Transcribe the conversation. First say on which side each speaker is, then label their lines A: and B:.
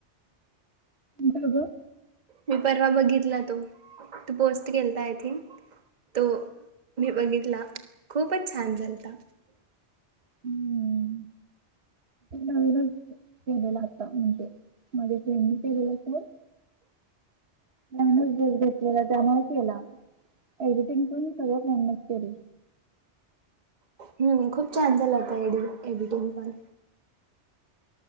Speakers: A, on the right; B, on the right.
A: ए जा का
B: मी परवा बघितला तो तू पोस्ट केलता आय थिंक तो मी बघितला खूपच छान झालता
A: हम्म नवीन केलेलं आता म्हणजे माझे फेंनी केलेलं कोण स घेतलेला त्यामुळेच केला एडिटिंग पण सगळ फ्रेंडच केले
B: हम्म खूप छान झाला होता एड एडिटिंग पण